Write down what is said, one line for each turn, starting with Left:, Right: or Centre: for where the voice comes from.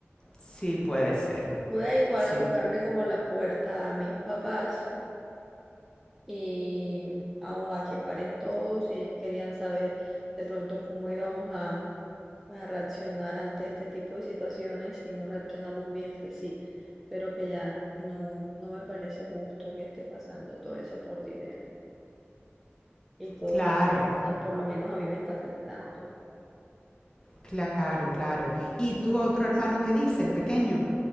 Left: Sí puede ser.
Centre: Voy a igual
Left: Sí.
Centre: a tocarle como la puerta a mis papás y a, a que paren todos y ellos querían saber de pronto cómo íbamos a, a reaccionar ante este tipo de situaciones. Si no reaccionamos bien, pues sí, pero que ya no, no me parece justo que esté pasando todo eso por dinero y todo
Left: Claro.
Centre: lo que ah, por lo menos a mí me está afectando.
Left: Claro, claro. ¿Y tu otro hermano qué dice, el pequeño?